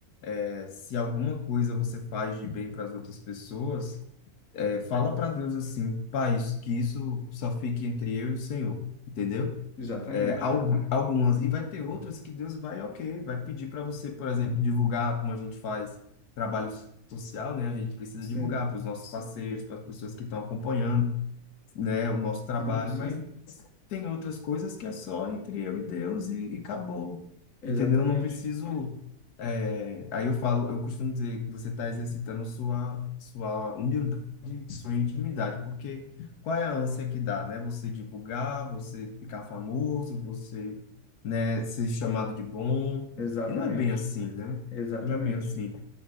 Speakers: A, on the left; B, on the left.
A: é, se alguma coisa você faz de bem para as outras pessoas, é, fala para Deus assim, Pai, isso- que isso só fique entre eu e o Senhor, entendeu?
B: Exatamente.
A: É, algu- algumas. E vai ter outras que Deus vai, ok, vai pedir para você, por exemplo, divulgar como a gente faz trabalho social, né? A gente precisa
B: Sim,
A: divulgar para os nossos parceiros, para as pessoas que estão acompanhando né, o nosso trabalho,
B: sim, sim.
A: mas tem outras coisas que é só entre eu e Deus e, e acabou.
B: Exatamente.
A: Entendeu? Eu não preciso. é, aí eu falo, eu costumo dizer que você está exercitando sua, sua humildade, sua intimidade, porque qual é a ânsia que dá, né? Você divulgar, você ficar famoso, você, né, ser chamado de bom.
B: Exatamente.
A: E não é bem assim, né?
B: Exatamente.
A: Não é bem assim.